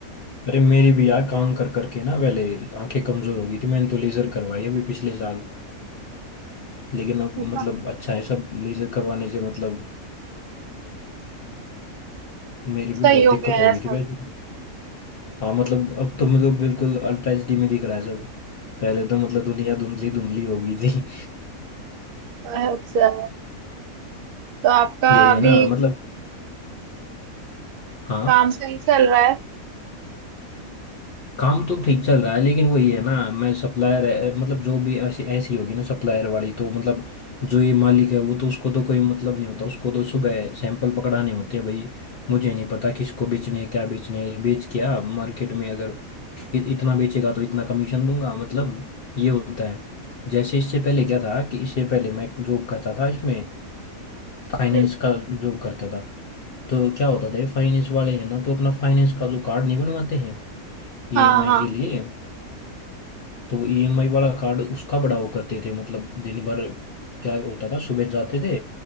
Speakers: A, on the left (about 50°); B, on the right (about 65°).
A: अरे मेरी भी यार काम कर करके ना पहले आंखें कमजोर हो गई थी मैंने तो लेजर करवाई अभी पिछले साल लेकिन अब
B: है
A: मतलब अच्छा है सब लेजर करवाने से मतलब मेरी
B: सही
A: भी बहुत
B: हो
A: दिक्कत
B: गया
A: हो
B: है
A: गई
B: सब
A: थी वैसे तो। हाँ मतलब अब तो मतलब बिल्कुल अल्ट्रा एच डी में दिख रहा है सब पहले तो मतलब दुनिया धुंधली धुंधली हो गई थी
B: अच्छा तो आपका
A: <laughs> यही
B: अभी
A: है ना मतलब हाँ
B: काम सही चल रहा है
A: काम तो ठीक चल रहा है लेकिन वही है ना मैं सप्लायर मतलब जो भी ऐसी ऐसी होगी ना सप्लायर वाली तो मतलब जो ये मालिक है वो तो उसको तो कोई मतलब नहीं होता उसको तो सुबह सैंपल पकड़ाने होते हैं भाई मुझे नहीं पता किसको बेचने है क्या बेचने है बेच क्या मार्केट में अगर कि- इतना बेचेगा तो इतना कमीशन दूंगा मतलब ये होता है जैसे इससे पहले क्या था कि इससे पहले मैं जॉब करता था इसमें फाइनेंस
B: हम्म,
A: का जॉब करता था तो क्या होता था ये फाइनेंस वाले हैं ना तो अपना फाइनेंस का जो कार्ड नहीं बनवाते हैं ईएमआई
B: हाँ हाँ
A: के लिए तो वो ईएमआई वाला कार्ड उसका बड़ा वो करते थे मतलब दिन भर क्या होता था सुबह जाते थे